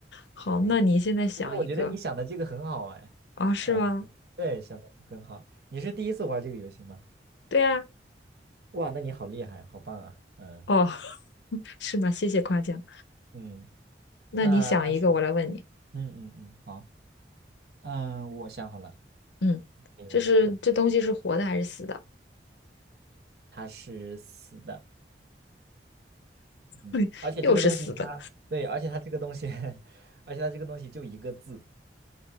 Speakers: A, on the left; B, on the right.
A: 好，
B: 行。
A: 那你现在想一个
B: 其实我觉得你想的这个很好哎，
A: 啊，是吗？
B: 嗯，对，想的很好。你是第一次玩这个游戏吗？
A: 对呀，
B: 哇，那你好厉害，好棒啊。嗯
A: 哦，<laughs> 是吗？谢谢夸奖。
B: 嗯，
A: 那你想一个，
B: 那那行，
A: 我来问你。
B: 嗯嗯嗯，好，嗯，我想好了，
A: 嗯，
B: 可以问了。
A: 这是这东西是活的还是死的？
B: 嗯，他是死的。嗯，
A: <laughs>
B: 而且这个东西它，
A: 又是死的，
B: 对，而且它这个东西，<laughs> 而且它这个东西就一个字，